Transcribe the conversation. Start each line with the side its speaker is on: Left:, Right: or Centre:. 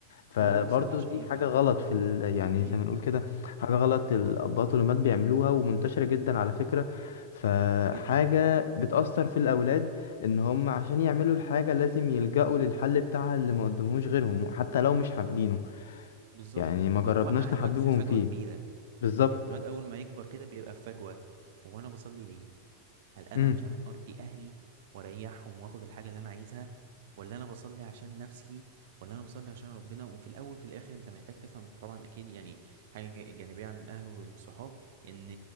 Left: فبرضه
Right: هو بيصلي عشان
Left: دي
Right: يرضيك
Left: حاجة غلط في ال... يعني
Right: امم
Left: زي ما نقول كده حاجة غلط الأباء والأمهات بيعملوها ومنتشرة جدا على فكرة فحاجة
Right: جدا
Left: بتأثر في الأولاد ان هم عشان يعملوا الحاجة لازم يلجأوا للحل بتاعها اللي ما قدمهوش غيرهم حتى لو مش حابينه
Right: بالظبط
Left: يعني ما
Right: وبتوقع
Left: جربناش
Right: الواد
Left: نحببهم
Right: في فجوة
Left: فيه
Right: كبيرة
Left: بالظبط
Right: يعني الواد اول ما يكبر كده بيبقى في فجوة هو انا بصلي ليه هل انا
Left: امم
Right: عشان ارضي اهلي واريحهم واخد الحاجه اللي انا عايزها ولا انا بصلي عشان نفسي ولا انا بصلي عشان ربنا وفي الاول في الاخر انت محتاج تفهم طبعا اكيد يعني حاجه ج- جانبيه عن الاهل والصحاب ان